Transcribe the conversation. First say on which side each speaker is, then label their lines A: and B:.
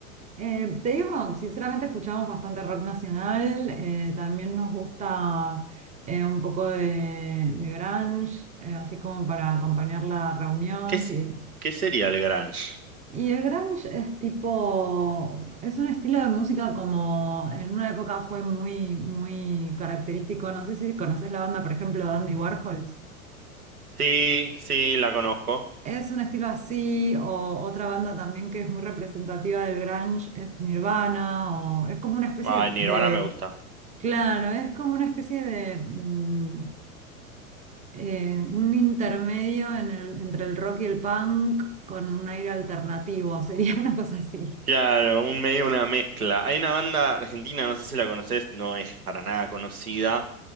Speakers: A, on the right; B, on the right.
A: Eh, te digo, sinceramente escuchamos bastante rock nacional, eh, también nos gusta eh, un poco de, de grunge, eh, así como para acompañar la reunión.
B: ¿Qué, es-
A: sí.
B: qué sería el grunge?
A: Y el grunge es tipo, es un estilo de música como en una época fue muy, muy característico. No sé si conoces la banda, por ejemplo, de Andy Warhols.
B: Sí, sí, la conozco.
A: Es un estilo así, o otra banda también que es muy representativa del grunge es Nirvana, o es como una especie
B: Ay,
A: de,
B: Nirvana
A: de-
B: me gusta.
A: claro, es como una especie de mm, eh, un intermedio en el- entre el rock y el punk con un aire alternativo, <laughs> sería una cosa así.
B: Claro, un medio, una mezcla. Hay una banda argentina, no sé si la conoces, no es para nada conocida,